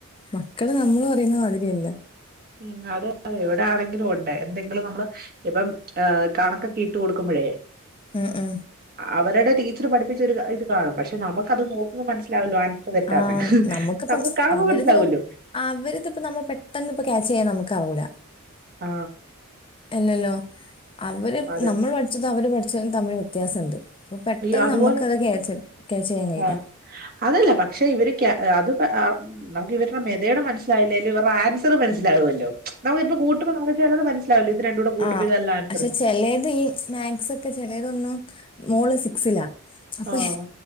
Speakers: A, on the left; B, on the right.
A: മക്കള് നമ്മള് പറയുന്ന മാതിര്യല്ല
B: മ് അതെ അതെ എവിടെ ആണെങ്കിലും ഉണ്ടേ എന്തെങ്കിലും നമ്മള് ഇപ്പം കണക്കൊക്കിട്ട് കൊടുക്കുമ്പോ <unintelligible>
A: മ് മ്
B: അവരുടെ ടീച്ചർ പഠിപ്പിച്ചൊ ഒരു ഇത് കാണും പക്ഷ നമക്കിത് നോക്കുമ്പോൾ മനസ്സിലാവല്ലോ തെറ്റാന്ന്
A: ആ നമുക്കിപ്പം
B: നമുക്ക് കാണുമ്പോ
A: അവരിത്
B: മനസ്സിലാവല്ലോ
A: അവരിതിപ്പ നമ്മ പെട്ടെന്ന് ക്യാച്ചെയ്യാൻ നമുക്കാവൂല
B: ആ
A: അല്ലല്ലോ അവര്
B: അതെ
A: നമ്മൾ പഠിച്ചത് അവര് പഠിച്ചതും തമ്മിൽ വ്യത്യാസണ്ട് അപ്പൊ പെട്ടെന്ന്
B: ഈ അതുപോലെ
A: നമുക്കത് ക്യാച്ച് ക്യാച്ച് ചെയ്യാൻ കഴിയില്ല.
B: ആ അതല്ല പക്ഷെ ഇവർക്ക് അതും അ നമുക്ക് ഇവരുടെ മെതേട് മനസിലായില്ലേലും ഇവരുടെ ആൻസറ മനസ്സിലാവുമല്ലോ നമുക്കിപ്പ കൂട്ടുമ്പോ നമക്ക് ചിലത് മനസ്സിലാവല്ലോ ഇത് രണ്ടൂടെ കൂട്ടുമ്പോ
A: ആ
B: ഇതല്ല ആൻസർ
A: പക്ഷെ ചേലെത് ഈ മാത്സ് ഒക്കെ ചെലേലതൊന്നു മോള് സിക്സില അപ്പൊ
B: ആഹ്